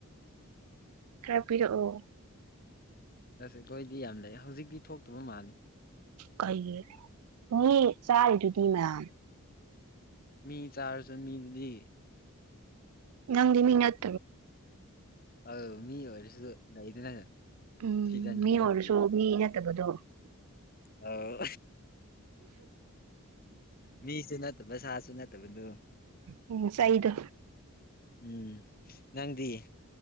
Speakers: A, on the right (about 85°); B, on the left (about 40°).
A: ꯈꯔ ꯄꯤꯔꯛꯑꯣ
B: ꯑꯁ ꯑꯩꯈꯣꯢꯗꯤ ꯌꯥꯝ ꯂꯩ ꯍꯧꯖꯤꯛꯇꯤ ꯊꯣꯛꯇꯕ ꯃꯥꯜꯂꯤ
A: ꯀꯩꯌꯦ ꯃꯤ ꯆꯔꯤꯗꯨꯗꯤ ꯃꯌꯥꯝ
B: ꯃꯤ ꯆꯥꯔꯁꯨ ꯃꯤꯗꯨꯗꯤ
A: ꯅꯪꯗꯤ ꯃꯤꯅꯠ
B: ꯑꯧ ꯃꯤ ꯑꯣꯏꯔꯖꯨ ꯂꯩꯗꯅ
A: ꯎꯝ
B: ꯁꯤꯖꯟ
A: ꯃꯤ
B: ꯁꯤꯖꯟꯒꯤ
A: ꯑꯣꯏꯔꯁꯨ ꯃꯤ ꯅꯠꯇꯕꯗꯣ
B: ꯑꯧ ꯃꯤꯁꯨ ꯅꯠꯇꯕ ꯁꯥꯁꯨ ꯅꯠꯇꯕꯗꯣ
A: ꯎꯝ ꯆꯩꯗꯣ
B: ꯎꯝ ꯅꯪꯗꯤ